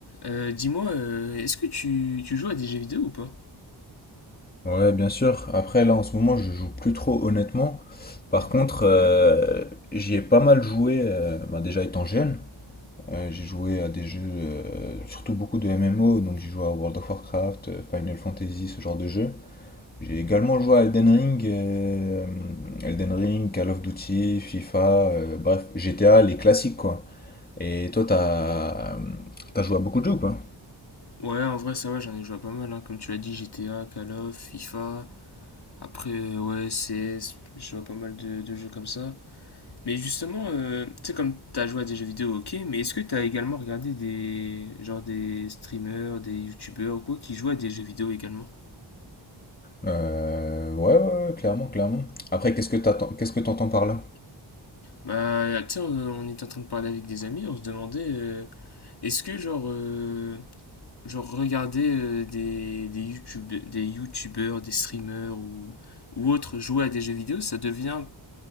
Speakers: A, on the left; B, on the left.
A: Euh, Dis-moi, euh, est-ce que tu, tu joues à des jeux vidéo ou pas?
B: Ouais, bien sûr. Après, là, en ce moment, je joue plus trop, honnêtement. Par
A: Mhm.
B: contre, euh, j'y ai pas mal joué, euh, bah, déjà étant jeune. Euh, j'ai joué à des jeux, euh, surtout beaucoup de MMO, donc j'ai joué à World of Warcraft, euh, Final Fantasy, ce genre de jeu. J'ai également joué à Elden Ring, euh, Elden Ring, Call of Duty, FIFA, euh, bref, GTA, les classiques, quoi. Et toi, t'as, t'as joué à beaucoup de jeux ou pas?
A: Ouais, en vrai, ça va, j'en ai joué à pas mal, hein. Comme tu l'as dit, GTA, Call of, FIFA, après, euh, ouais, CS, je joue à pas mal de, de jeux comme ça. Mais justement, euh, tu sais, comme t'as joué à des jeux vidéo, ok, mais est-ce que t'as également regardé des, genre des streamers, des youtubeurs ou quoi, qui jouent à des jeux vidéo également?
B: Euh, ouais, ouais, ouais, clairement, clairement. Après, qu'est-ce que t'attends, qu'est-ce que t'entends par là?
A: Bah, tu sais, on, on était en train de parler avec des amis, on se demandait, euh, est-ce que, genre, euh, genre regarder euh, des, des, YouTube, des youtubeurs, des streamers ou, ou autres jouer à des jeux vidéo, ça devient